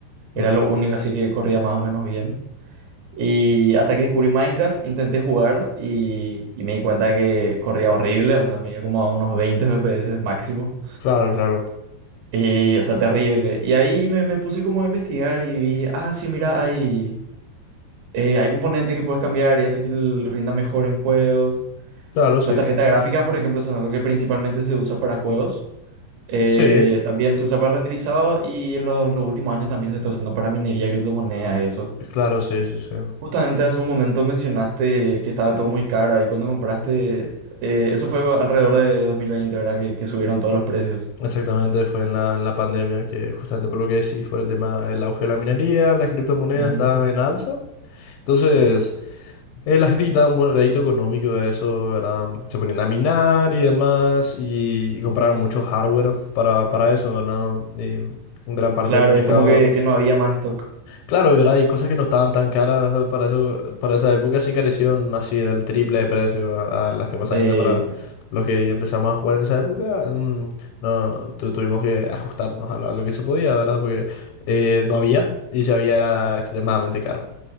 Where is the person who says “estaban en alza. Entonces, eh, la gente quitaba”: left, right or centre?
Left